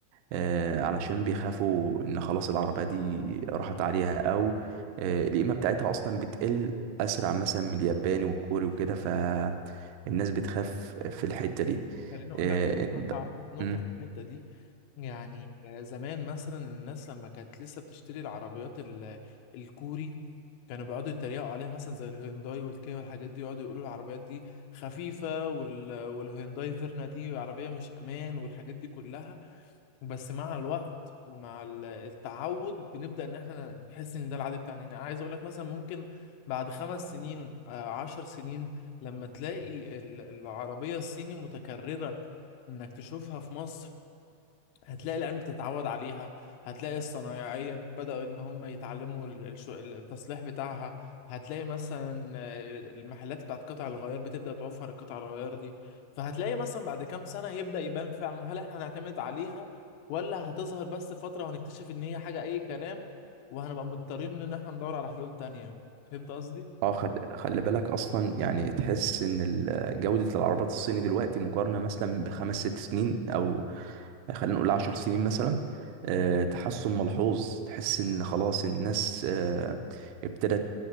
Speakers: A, on the right (about 80°); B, on the left (about 80°).
A: آه علشان بيخافوا ان خلاص العربيه دي راحت عليها او آه القيمه بتاعتها اصلا بتقل اسرع مثلا من الياباني والكوري وكده فالناس بتخاف في الحته دي
B: خليني اقول
A: آه
B: لك بصراحه
A: ب...
B: حط نقطه
A: مم.
B: في الحته دي يعني زمان مثلا الناس لما كانت لسه بتشتري العربيات ال- الكوري كانوا بيقعدوا يتريقوا عليها مثلا زي الهيونداي والكيا والحاجات دي يقعدوا يقولوا العربيات دي خفيفه وال... والهيونداي فيرنا دي عربيه مش امان والحاجات دي كلها بس مع الوقت ومع ال- التعود بنبدأ ان احنا نحس ان ده العادي بتاعنا انا عايز اقول لك مثلا ممكن بعد خمس سنين آه، عشر سنين لما تلاقي ال- العربية الصيني متكررة انك تشوفها في مصر هتلاقي العلم بتتعود عليها هتلاقي الصنايعية بدأوا إن هم يتعلموا ال- الش- التصليح بتاعها هتلاقي مثلا آه، المحلات بتاعت قطع الغيار بتبدأ توفر القطع الغيار دي فهتلاقي مثلا بعد كام سنة هيبدأ يبان فعلا هل احنا هنعتمد عليها ولا هتظهر بس فترة وهنكتشف إن هي حاجة أي كلام وهنبقى مضطرين إن احنا ندور على حلول تانية فهمت قصدي؟
A: اه خلي, خلي بالك اصلا يعني تحس ان ال- جودة العربيات الصيني دلوقتي مقارنة مثلا بخمس ست سنين او خلينا نقول عشر سنين مثلا آه،
B: مم.
A: تحسن ملحوظ تحس ان خلاص الناس آه، ابتدت